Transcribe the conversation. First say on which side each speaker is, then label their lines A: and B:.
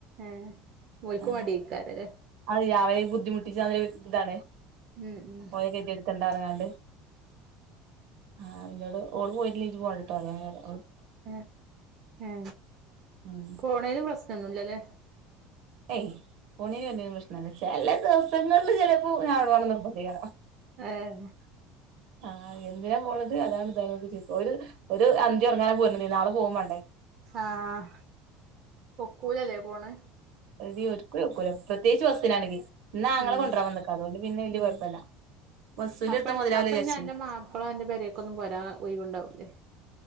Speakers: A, on the right; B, on the right.
A: ഏഹ് ഓൽക്ക്
B: ആ
A: മടിയേക്കാരല്ലേ
B: അത് രാവിലെയും ബുദ്ധിമുട്ടിച്ച് അ താണ്
A: ഉം ഉം
B: ഓല കെതിഎടുക്കണ്ട പറഞ്ഞുകാണ്ട് ആ ആ ഇന്നോട് ഓള് പോയിട്ടില്ലെക്കിൽ ഇജ്ജ് പോടാട്ടോ അങ്ങനേ പറയാ
A: ഏ ഏ
B: ഉം
A: പോണയിന് പ്രശ്നം ഒന്നുമില്ലല്ലോ
B: ഏയ് പോണേന്നും വരണെനും പ്രശ്നം ല്ല ചില ദിവസങ്ങളിൽ ചില അപ്പോ ഞാൻവിടെ വേണം നിർബന്ധമില്ല
A: ഏഹ്
B: ആ എന്തിനാ പോണത് അതാണ് ഇതാണ് ചോയ്ക്കും ഒരു ഒരു അന്തിം ഉറങ്ങാന പോര്ണത് നാളെ പോകും വേണ്ടേ
A: ആഹ ഒക്കൂലല്ലേ പോണ്
B: എടി ഒരിക്കലും ഒക്കൂല പ്രത്യേകിച്ച് ബസ്സിനാണെകിൽ ഇന്ന് ആങ്ങള
A: ഉം
B: കൊണ്ടവരാൻ വന്നക്ക്‌ അത് കൊണ്ട് പിന്നെ വല്യ
A: ഉം
B: കുഴപ്പല്ല ബസ്സില്
A: അപ്പ
B: എടുത്താ മുതലാവൂല
A: അപ്പൊഞ്
B: വിചാരിച്ച്
A: അന്റെ മാപ്പിള അന്റെ പേരൊക്ക ഒന്നും പോരാ ഒയ് വ് ണ്ടാവൂല്ലേ